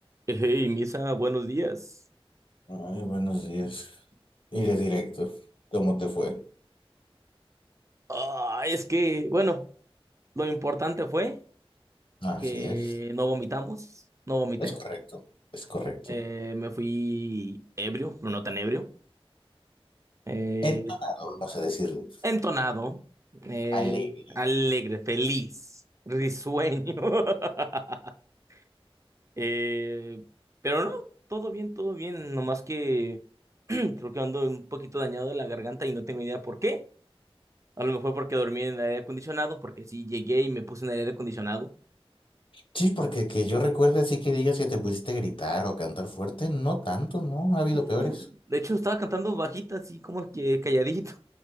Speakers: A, on the right; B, on the left.
A: Hey, Misa, buenos días.
B: Ay, buenos días. Y de directo, ¿cómo te fue?
A: Ah, es que, bueno, lo importante fue
B: Así
A: que
B: es.
A: no vomitamos, no vomité.
B: Es correcto, es correcto.
A: Eh, me fui ebrio, pero no tan ebrio. Eh,
B: Entonado, vamos a decirle.
A: entonado, eh,
B: Alegre.
A: alegre, feliz, risueño. <laughs> Eh, pero no, todo bien, todo bien. Nomás que <clears throat> creo que ando un poquito dañado de la garganta y no tengo idea por qué. A lo mejor porque dormí en el aire acondicionado, porque sí llegué y me puse en el aire acondicionado.
B: Sí, porque que yo recuerde así que digas que te pusiste a gritar o cantar fuerte, no tanto, no, ha habido
A: Ujú.
B: peores.
A: De hecho, estaba cantando bajita, así como que calladito.